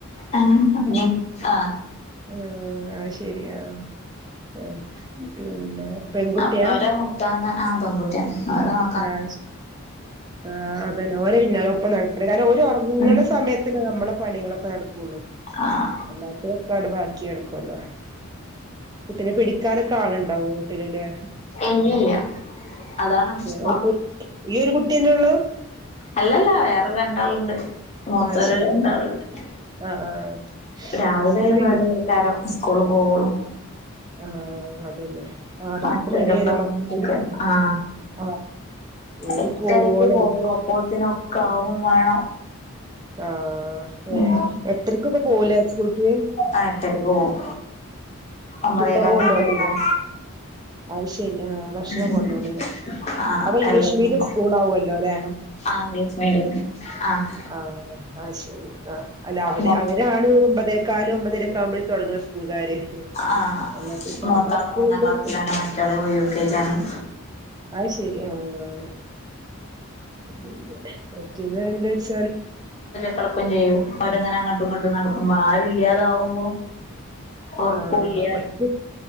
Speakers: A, on the left; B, on the right.
A: ആഹ് ഞ് അഹ്
B: ആഹ് ആഹ് അയ് ശെരി ആഹ് ആഹ് പിന്നെ പെൺകുട്ടിയാ
A: അപ് അവരെ ട്ടാന്നെ ആ പെൺകുട്ടെന്നെ അവരവാ
B: ആഷ് ആഹ് അതന്നെ ഓര പിന്നാലെ ഒപ്പം നടക്കണ് കാരം ഓരൊർങ്ങണ
A: ഉം
B: സമയത്തല്ലെ നമ്മള പണികളൊക്കെ നടക്കുള്ളൂ
A: ആഹ്
B: അല്ലാത്തൊക്കെ അടു ബാക്കി എടു ക്കൊള്ളോ കുട്ടിനെ പിടിക്കാനൊക്കെ ആള്ണ്ടാവോ ഇല്ല്യല്ലേ
A: ഇല്ലല്ല്യ അതാണ് പ്രശ്
B: ഒര് ഒരു ഈ ഒരു കുട്ട്യന്നേ ഉള്ളു
A: അല്ലല്ല വേറെ രണ്ടാള്ണ്ട് മൂത്തൊര്
B: ആഹ് ശരി
A: രണ്ടാള്ണ്ട്
B: ആഹ് ആഹ്
A: രാവില
B: സ്കൂളിൽ
A: ഒരുപാട്കാരം സ്കൂള് പോവൊള്ളൂ
B: ആഹ് അതന്നെ ആഹ്
A: മറ്റൊരെ
B: പത്ത് മണി വരെ
A: പറഞ്ഞയക്ക
B: മക്കള്
A: ആ
B: ആഹ് ഓര്
A: എട്ടരക്ക്
B: പോവോളെ
A: പോവും അപ്പോത്തിനൊ ക്കാവും വേണം
B: ആഹ്
A: ഉം
B: ഏഹ് എട്ടരക്കൊക്കെ പോവൂലെ സ്കൂൾക്ക് <inaudible>
A: ആഹ് എട്ടരക്ക് പോവും ഒമ്പതേകാലിന്
B: ഫുഡൊക്കെ കൊണ്ടോണ്ടിവരോ
A: തൊടങ്ങും
B: അഹ് ശരി ആഹ് ഭക്ഷണൊക്കെ
A: ഉം
B: കൊണ്ടോണ്ടിവരോ
A: ആഹ്
B: അപ്പൊ ഇംഗ്ലീഷ്
A: എല്ലതും
B: മീഡിയം സ്കൂളാവോലോല്ലേ
A: ആഹ് ഇംഗ്ലീഷ് മീഡിയം ആഹ്
B: ആഹ് അഹ് ശരി ആ അല്ല അവ്ടെ
A: മൊ
B: അവരാണ് ഒമ്പതേക്കാലും ഒമ്പതെരെക്കെ ആവുമ്പഴ് തൊടങ്ങണ സ്കൂൾകാര്
A: ആഹ്
B: അല്ലാത്ത സാധാ
A: മൂത്താള്
B: സ്കൂള്ണ്ട്
A: മൂന്നാം ക്ലാസ്സിലാണ്
B: <unintelligible>
A: മറ്റാള് യു കെ ജിയാണ്
B: അയ് ശെരി ആഹ് ആഹ് <unintelligible> മറ്റീനും അതെന്താച്ച
A: കടക്കും ചെയ്യും അവരങ്ങനങ്ങട്ടും ഇങ്ങട്ടും നടക്കുമ്പോ ആരു ഇല്ലാതാവുമ്പോ ഒറക്കൂല്ല
B: ആഹ ഒറ്റ